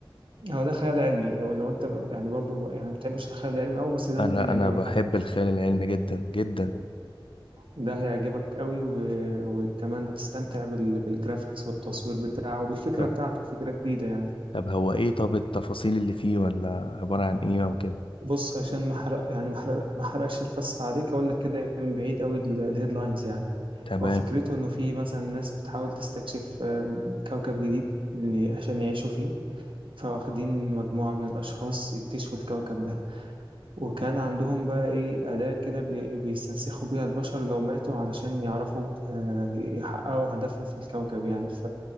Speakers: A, on the right; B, on the left.
A: هو ده خيال علمي هو لو انت ب- يعني برضو يعني ما بتحبش الخيال العلمي قوي بس ده
B: انا
A: ممكن يعجبك
B: انا بحب
A: على فكرة
B: الخيال العلمي جدا جدا
A: ده هيعجبك قوي و... وكمان هتستمتع بال... بالجرافيكس والتصوير بتاعه وبالفكرة
B: طب
A: بتاعته فكرة جديدة يعني
B: طب هو ايه طب التفاصيل اللي فيه ولا عبارة عن ايه او كده
A: بص عشان ما حرق يعني ما حرق ما حرقش القصة عليك اقول لك كده من بعيد قوي ال- الهيدلاينز يعني
B: تمام
A: هو فكرته انه في مثلا ناس بتحاول تستكشف آم، كوكب جديد ل- عشان يعيشوا فيه فواخدين مجموعة من الأشخاص يكتشفوا الكوكب ده وكان عندهم بقى إيه أداة كده بي- بيستنسخوا بيها البشر لو ماتوا علشان يعرفوا آه، يحققوا هدفهم في الكوكب يعني